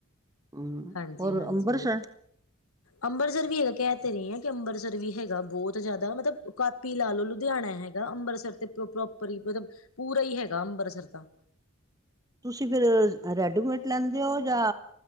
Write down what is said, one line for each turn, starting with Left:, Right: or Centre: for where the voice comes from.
Right: ਹਮ
Left: ਹਾਂਜੀ
Right: ਔਰ
Left: ਹਾਂਜੀ
Right: ਅੰਬਰਸਰ
Left: ਅੰਮ੍ਰਿਤਸਰ ਵੀ ਹੈ ਕਹਿ ਤੇ ਰਹੀ ਹਾਂ। ਇਹ ਅੰਮ੍ਰਿਤਸਰ ਵੀ ਹੈਗਾ ਬਹੁਤ ਜ਼ਿਆਦਾ ਮਤਲਬ ਕਾਪੀ ਲਾ ਲਓ ਲੁਧਿਆਣਾ ਹੈਗਾ ਅੰਮ੍ਰਤਸਰ ਤੇ ਪ੍ਰੋਪਰ। ਮਤਲਬ ਪੂਰਾ ਹੀ ਹੈਗਾ ਅੰਬਰਸਰ ਤਾਂ।
Right: ਤੁਸੀਂ ਫਿਰ ਰੈਡੀਮੇਟ ਲੈਂਦੇ ਹੋ ਜਾਂ।